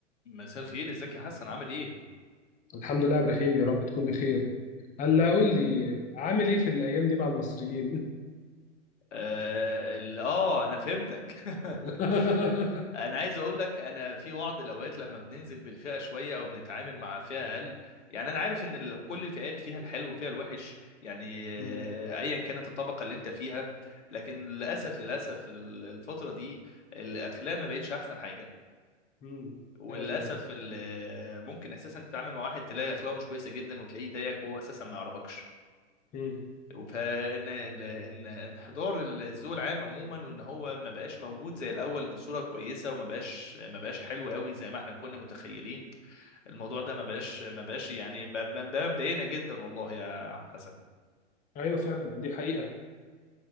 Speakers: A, on the left; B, on the left.
A: مساء الخير ازيك يا حسن عامل ايه
B: الحمد لله يا ابراهيم يا رب تكون بخير هلا قول لي عامل ايه في الايام دي مع المصريين
A: اه, ال- آه انا فهمتك <laughs>
B: <laughs>
A: انا عايز اقول لك انا في بعض الاوقات لما بننزل بالفئه شويه او بنتعامل مع فئه اقل يعني انا عارف ان ال- كل الفئات فيها الحلو وفيها الوحش يعني آه،
B: مم.
A: ايا كانت الطبقه اللي انت فيها لكن للاسف للاسف ال- الفتره دي الاخلاق ما بقتش احسن حاجه
B: مم.
A: وللاسف
B: ايوه فعلا
A: ال- آه، ممكن اساسا تتعامل مع واحد تلاقي اخلاقه مش كويسه جدا وتلاقيه ضايقك وهو اساسا ما يعرفكش
B: مم.
A: فان ان إن انحدار الذوق العام عموما وان هو ما بقاش موجود زي الاول بصوره كويسه وما بقاش ما بقاش حلو قوي زي ما احنا كنا متخيلين الموضوع ده ما بقاش ما بقاش يعني ما ما- بقى مضايقنا جدا والله يا حسن
B: ايوه فعلا دي حقيقه